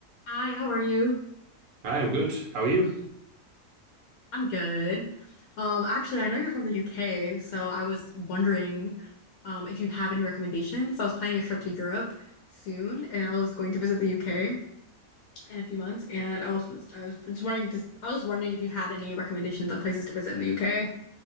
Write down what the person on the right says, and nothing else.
I am good. How are you?